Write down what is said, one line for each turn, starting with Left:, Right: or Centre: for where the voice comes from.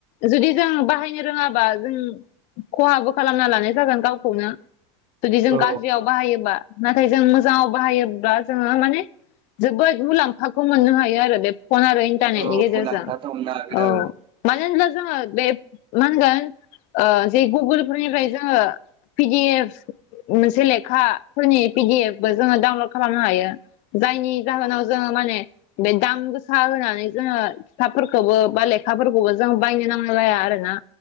Left: जुदि जों बाहायनो रोङाबा जों खहाबो खालामना लानाय जागोन गावखौनो। जुदि जों
Right: औ
Left: गाज्रियाव बाहायोबा नाथाय जों मोजाङाव बाहायोब्ला जोंङो माने जोबोद मुलाम्फाखौ मोननो हायो आरो बे फन आरो इन्टारनेटनि
Right: औ
Left: गेजेरजों
Right: मुलाम्फा दंना आगोलाव
Left: औ मानो होनब्ला जोङो बे मा होनगोन ओ जे गुगोल फोरनिफ्राय जोङो पिडि एफ मोनसे लेखाफोरनि पिडि एफ ब जोङो डाउनलड खालामनो हायो जायनि जाहोनाव जोङो माने बे दाम गोसा होनानै जोङो खिथाफोरखौबो बा लेखाफोरखौबो जों बायनो नांगौ जाया आरोना